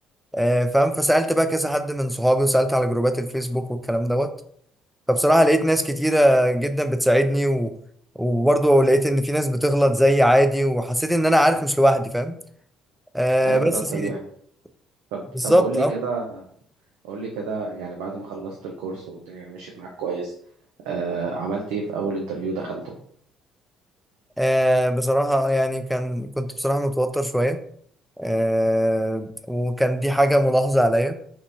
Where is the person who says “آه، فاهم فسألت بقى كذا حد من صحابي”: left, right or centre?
Centre